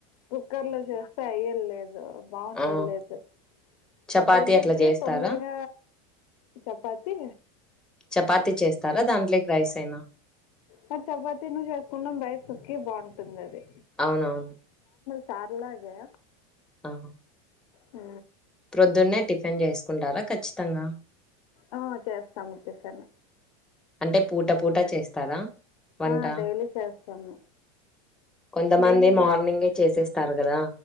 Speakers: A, on the left (about 70°); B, in the centre.
A: కుక్కర్ లో చేస్తే అయ్యది లేదు బాగుండేది
B: ఆ!
A: లేదు
B: చపాతీ
A: ఆ ప్రెజర్కి
B: అట్లా చేస్తారా?
A: తొందరగా చపాతి
B: చపాతి చేస్తారా దాంట్లోకి రైసేనా
A: మరి చపాతిను చేసుకుంటాం రైసుకి బాగుంటుంది అది
B: అవునవున్
A: చార్ల దె
B: ఆహ
A: ఆ
B: ప్రొద్దున్నే టిఫిన్ చేసుకుంటార ఖచ్చితంగ
A: ఆ చేస్తాము టిఫిన్
B: అంటే పూట పూట చేస్తార వంట
A: ఆ, డైలీ చేస్తాము
B: కొంతమంది
A: డైలీ
B: మార్నింగే చేసేస్తారు. రు కదా